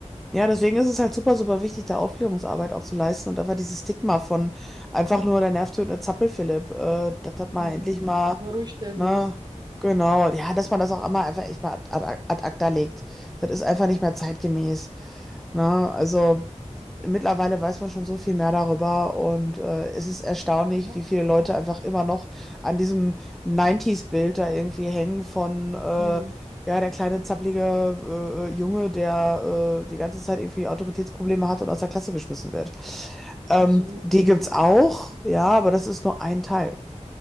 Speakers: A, in the centre; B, on the right.
A: Ja, deswegen
B: So.
A: ist es halt super, super wichtig, da Aufklärungsarbeit auch zu leisten und einfach dieses Stigma von einfach nur der nervtötende Zappelphilipp, äh, das hat
B: Mhm.
A: mal endlich mal,
B: Wenn man ruhig stellen
A: ne,
B: muss.
A: genau, ja, dass man das auch einmal einfach echt mal ad, ad, ad acta legt. Das ist einfach
B: Ja.
A: nicht mehr zeitgemäß, ne, also. Mittlerweile weiß man schon so viel mehr darüber und äh, es ist erstaunlich,
B: Ja.
A: wie viele Leute einfach immer noch an diesem 90s-Bild da irgendwie hängen von, äh, ja,
B: Mhm.
A: der kleine zappelige äh, äh, Junge, der äh, die ganze Zeit irgendwie Autoritätsprobleme hat und aus der Klasse geschmissen wird. Ähm,
B: Absolut.
A: die
B: Also
A: gibt's auch, ja, aber das ist nur ein Teil.